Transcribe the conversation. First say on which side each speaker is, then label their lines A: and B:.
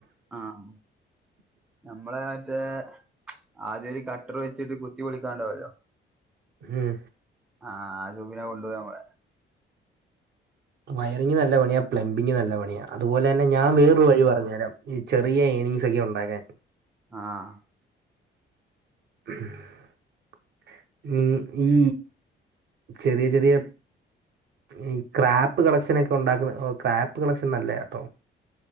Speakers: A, in the centre; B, on the right.
A: ആഹ നമ്മളെ മറ്റേ ആദ്യം ഒരു കട്ടർ വെച്ചിട്ട് കുത്തി പൊളിക്കാണ്ടാവല്ലോ
B: ഉം
A: ആഹ് ആഹ് ജൂബിനെ കൊണ്ടു പോവ പർയാ
B: വയറിംഗ് നല്ല പണിയാ പ്ലംബിംഗ് നല്ല പണിയ അപോലെന്നെ ഞാൻ വേറൊരു വഴി പറഞ്ഞു തരാം ചെറിയ ഏനിങ്സ് ഒക്കെ ഉണ്ടാക്കാൻ
A: ആഹ്
B: <unintelligible> നി ഈ ചെറിയ ചെറിയ ഈ ക്രാപ്പ് കളക്ഷനൊക്കെ ഉണ്ടാക്കുന്ന ഓ ക്രാപ്പ് കളക്ഷൻ നല്ലതാട്ടോ